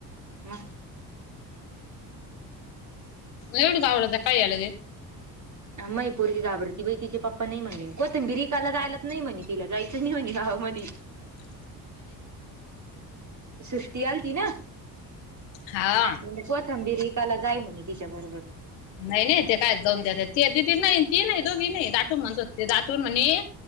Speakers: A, on the right; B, on the left.
A: ह
B: लेवड गावडत काय आलंगे
A: मैपोरी गाभरती बाई तिचे पप्पा नाही म्हणले कोथंबिर एकाला जायलाच नाही म्हणे तिला जायचं नाही म्हणे गावामध्ये
B: हो
A: सृष्टी आल ती ना
B: हा
A: म्हणजे कोथंबीर हिकाला जाय म्हणे तिच्याबरोबर
B: नाही नाही ते काय जाऊन त्या दि नाही ती नाही दोघी नाही दाटून म्हणतो ते दाटून म्हणे